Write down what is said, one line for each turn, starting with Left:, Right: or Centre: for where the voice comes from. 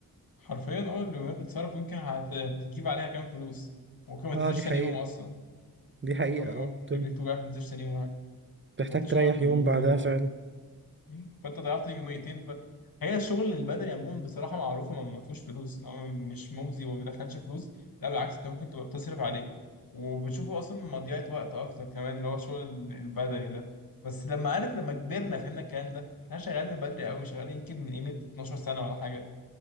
Left: حرفيا اه اللي بتتصرف يمكن هت- هتجيب عليها كام فلوس ممكن ما
Right: اه
Left: تنزلش
Right: دي حقيقة
Left: تاني يوم اصلا
Right: دي حقيقة
Left: ممكن
Right: اه
Left: م-
Right: تم-
Left: رجليك توجعك ما تنزلش تاني يوم
Right: محتاج
Left: وانت شغلك
Right: تريح
Left: باليومية
Right: يوم بعدها فعلا
Left: مم. فانت ضيعت يوميتين ف... هي الشغل البدني عموما بصراحه معروفه ما ما فيهوش فلوس إن هو مش مجزي وما بيدخلش فلوس لا بالعكس انت ممكن تبقى بتصرف عليه وبتشوفه اصلا مضيعه وقت اكتر كمان اللي هو الشغل ال- البدني ده بس لما عارف لما كبرنا فهمنا الكلام ده احنا شغالين من بدري قوي شغالين يمكن من قيمه 12 سنه ولا حاجه